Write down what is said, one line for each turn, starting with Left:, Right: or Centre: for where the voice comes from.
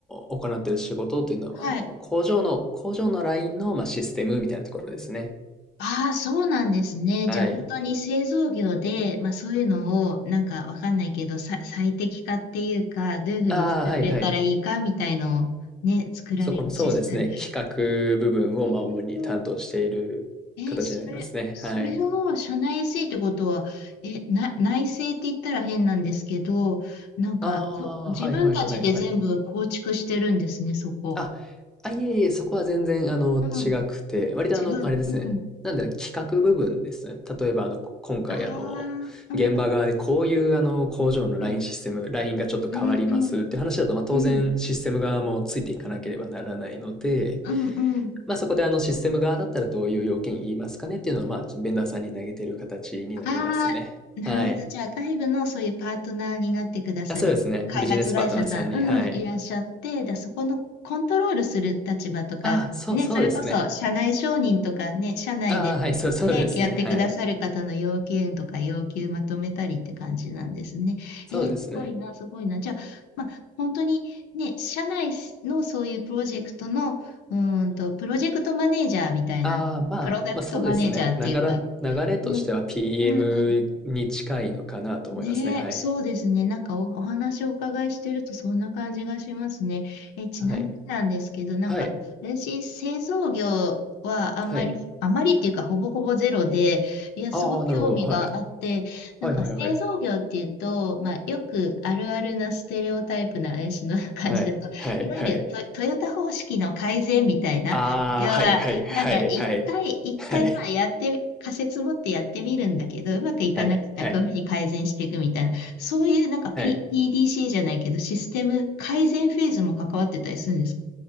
Centre: 行ってる仕事というのは、
Left: はい。
Centre: あの、工場の、工場のラインの、まあ、システムみたいなところですね。
Left: ああ、そうなんですね。
Centre: はい。
Left: じゃあ本当に製造業で、まあそういうのをなんかわかんないけど、さ、最適化っていうか、どういうふうに作ってったらいいかみたいのをね、
Centre: ああ、はい、はい。
Left: 作られるシステム。
Centre: そこの、そうですね、企画部分を、
Left: えー、
Centre: まあ、主に担当している形になりますね。
Left: えーそれ、それを社内
Centre: はい。
Left: SE ってことは、え、な、内製って言ったら変なんですけど、なんか、
Centre: ああ、
Left: そ自分たちで全部構築してるんですね、
Centre: はいはいはいはい。
Left: そこ。
Centre: あ、あ、いえいえ、そこは全然あの、
Left: うん、
Centre: 違くて、割とあの、
Left: 違う。
Centre: あれですね、
Left: うん。
Centre: なんだろう、企画部分ですね。例えばあの、こ今回あの、
Left: ああ、
Centre: 現場側でこういうあの、
Left: うんうん
Centre: 工場のラインシステム、
Left: うん。
Centre: ラインがちょっと変わりますっていう話だと、
Left: うんうん
Centre: まあ、当然システム側もついていかなければならないので、
Left: うん。うんうん。
Centre: まあ、そこであのシステム側だったらどういう要件言いますかねっていうのは、まあ、ちょっとベンダーさんに投げてる形になりますね。
Left: ああ、なるほど。
Centre: はい。
Left: じゃあ、外部のそういうパートナーになってくださる開発会社さん、
Centre: あ、そうですね。ビジネスパートナーさんに、
Left: うん、
Centre: はい。
Left: いらっしゃって、だ、そこのコントロールする立場とか、
Centre: ああ、そうそうですね。
Left: ね、それこそ社内承認とかね、社内でね、
Centre: ああ、はい、そうそうですね。
Left: やってくださる方の要件とか要求まとめたりって感じなんですね。
Centre: はい。そうですね。
Left: えー、すごいな、すごいな。じゃあ、まあ、本当にね、社内のそういうプロジェクトの、うーんと、プロジェクトマネージャーみたいな、
Centre: ああ、まあ、
Left: プロダクトマネージャーっていうか、
Centre: まあそうですね。ながら、流れとしては
Left: うん、
Centre: PM
Left: うん、うん。
Centre: に近いのかなと思いますね。
Left: ねえ、
Centre: はい。
Left: そうですね。なんかお、お話をお伺いしてるとそんな感じがしますね。え、ちなみになんですけど、
Centre: はい。
Left: なんか、
Centre: はい。
Left: 私、製造業はあんまり、
Centre: はい。
Left: あまりっていうか、ほぼほぼゼロで、いや、
Centre: ああ、
Left: すごい興味があって、
Centre: なるほど。はい。
Left: なんか、
Centre: はいはいはい。
Left: 製造業っていうと、まあ、よくあるあるなステレオタイプな私の <laughs> 感じだと、
Centre: はい。はいはい。
Left: いわゆるト、トヨタ方式の改善みたいな、
Centre: ああ、
Left: 要は、
Centre: はいはいはいはい。
Left: なんか一回、一回まあやってみ、
Centre: はい。
Left: 仮説持ってやってみるんだけど、うまくいかなくてはこういうふうに改善していくみたいな、
Centre: はいはいはい。
Left: そういうなんか、P、
Centre: はい。
Left: p d c じゃないけど、システム改善フェーズも関わってたりするんですか